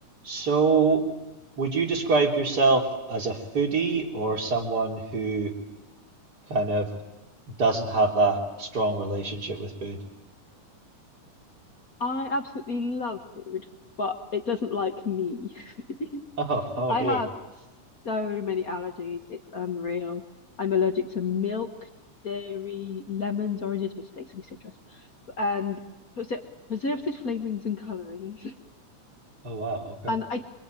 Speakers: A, on the right (about 30°); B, on the left (about 45°).
A: So, would you describe yourself as a foodie or someone who kind of doesn't have that strong relationship with food? <laughs>
B: I absolutely love food, but it doesn't like me. <laughs>
A: Oh, oh
B: I
A: dear.
B: have so many allergies. It's unreal. I'm allergic to milk, dairy, lemons, oranges, which basically citrus, and preser- preservatives, flavorings, and colorings. <laughs>
A: Oh wow, okay.
B: And I